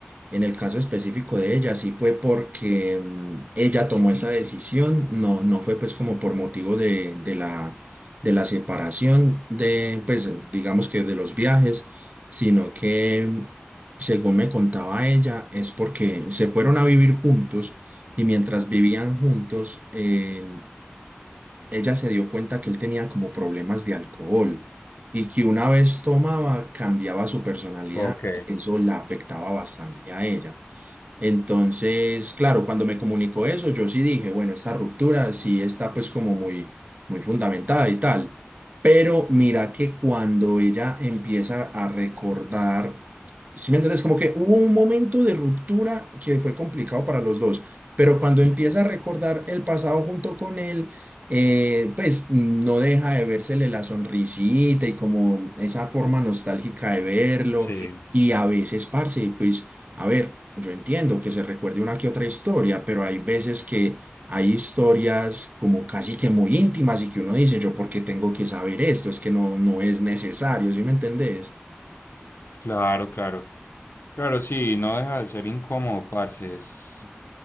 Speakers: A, on the right; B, on the left.
A: En el caso específico de ella, sí fue porque mm, ella tomó esa decisión, no, no fue pues como por motivo de, de la, de la separación de, pues digamos que de los viajes, sino que mm, según me contaba ella, es porque se fueron a vivir juntos y mientras vivían juntos, eh, ella se dio cuenta que él tenía como problemas de alcohol y que una vez tomaba cambiaba su personalidad
B: Ok,
A: y eso la afectaba bastante a ella. Entonces, claro, cuando me comunicó eso, yo sí dije, bueno, esta ruptura sí está pues como muy, muy fundamentada y tal. Pero mira que cuando ella empieza a recordar, sí me entiendes, como que hubo un momento de ruptura que fue complicado para los dos, pero cuando empieza a recordar el pasado junto con él, eh, pues no deja de vérsele la sonrisita y como esa forma nostálgica de verlo.
B: sí,
A: Sí. Y a veces, parce, pues, a ver yo entiendo que se recuerde una que otra historia, pero hay veces que hay historias como casi que muy íntimas y que uno dice, yo por qué tengo que saber esto, es que no, no es necesario, ¿sí me entendés?
B: claro, claro. Claro, sí, no deja de ser incómodo, parce. es-